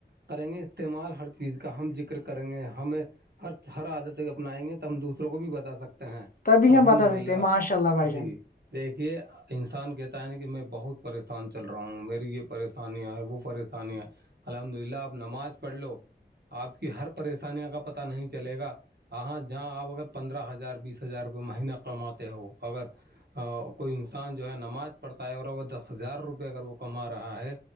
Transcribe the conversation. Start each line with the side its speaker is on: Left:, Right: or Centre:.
Right: کریں گے استعمال ہر چیز کا ہم ذکر کریں گے ہمیں ہر ہر عادت اپنائیں گے تو ہم دوسروں کو بھی بتا سکتے ہیں
Left: تبھی
Right: الحمد
Left: ہم بتا
Right: للہ
Left: سکتے ہیں ماشاء اللہ بھائی جان
Right: جی دیکھیے انسان کہتا ہے نا کہ میں بہت پریشان چل رہا ہوں میری یہ پریشانیاں ہے وہ پریشانی ہے الحمد للہ آپ نماز پڑھ لو آپ کی ہر پریشانی کا پتا نہیں چلے گا ہاں جہاں آپ اگر پندرہ ہزار بیس ہزار روپئے مہینہ کا کماتے ہو اگر کوئی انسان جو ہے نماز پڑھتا ہے اور وہ دس ہزار روپئے اگر وہ کما رہا ہے